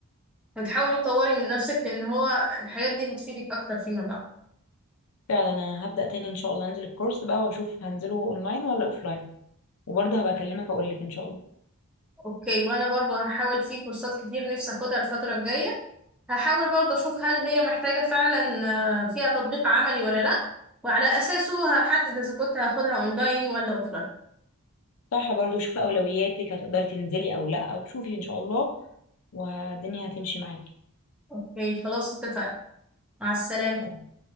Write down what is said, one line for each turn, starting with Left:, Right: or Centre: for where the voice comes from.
Centre: وتحاولي تطوري من نفسك لان هو الحاجات دي هتفيدك اكتر فيما بعد
Left: فعلا انا هبدأ تاني ان شاء الله انزل الكورس بقى واشوف هنزله اونلاين ولا اوفلاين وبرضه هبقى اكلمك اقول لك ان شاء الله
Centre: اوكي وانا برضو هحاول في كورسات كتير نفسي اخدها الفترة الجاية هحاول برضه أشوف هل هي محتاجة فعلا آه، فيها تطبيق عملي ولا لأ وعلى أساسه هحدد إذا كنت هاخدها أونلاين ولا أوفلاين
Left: صح برضو شوفي أولوياتك هتقدري تنزلي أو لأ وشوفي إن شاء الله والدنيا هتمشي معاكي
Centre: أوكي خلاص اتفقنا مع السلامة
Left: خلاص